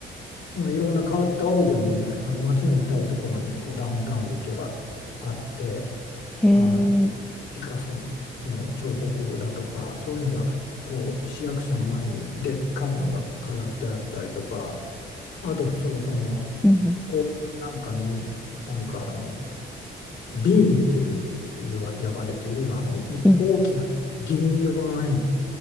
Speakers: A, on the left; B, in the centre.
A: うん、いろんな変わったオブジェもね、あの街の至るところにこうダウンタウンに行けばあって、
B: へー、
A: あのピ、ピカソの彫刻だとか、そういうのがこう市役所の前にでっかいのが飾ってあったりとか、あと普通のその
B: うんう
A: 公園なんかに、なんかあのビーンっていう、いう呼ばれているあの大きな銀色のね、
B: ん、いい。